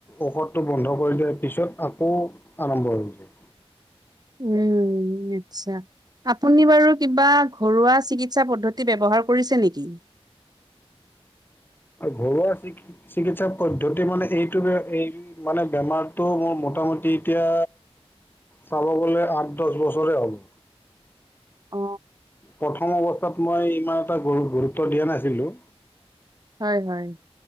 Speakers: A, on the left; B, on the right.
A: ঔষধটো বন্ধ কৰি দিয়াৰ পিছত আকৌ আৰম্ভ হৈ যায়।
B: উম। আচ্ছা আপুনি বাৰু কিবা ঘৰুৱা চিকিৎসা পদ্ধতি ব্যৱহাৰ কৰিছে নেকি?
A: ঘৰুৱা চি- চিকিৎসা পদ্ধতি মানে এইটো এই মানে বেমাৰটো মোৰ ম মোটামুটি এতিয়া চাব গ'লে আঠ দহ বছৰে হ'ল।
B: অ
A: প্ৰথম অৱস্থাত মই ইমান এটা গু গুৰুত্ব দিয়া নাছিলোঁ।
B: হয় হয়।